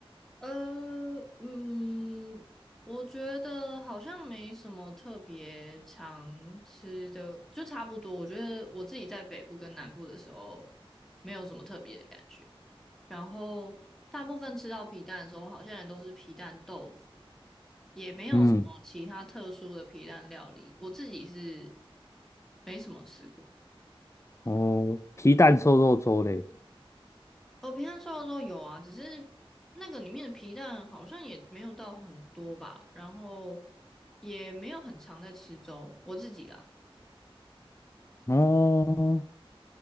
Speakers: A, in the centre; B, on the left (about 30°).
A: 呃，嗯，我觉得好像没什么特别常吃的，就差不多。我觉得我自己在北部跟南部的时候，没有什么特别的感觉。然后大部分吃到皮蛋的时候，好像也都是皮蛋豆腐，也没有什么其他特殊的皮蛋料理。
B: 嗯，
A: 我自己是没什么吃过。
B: 哦，皮蛋瘦肉粥嘞。
A: 哦，皮蛋瘦肉粥有啊，只是那个里面的皮蛋好像也没有到很多吧，然后也没有很常在吃粥，我自己啊。
B: 哦，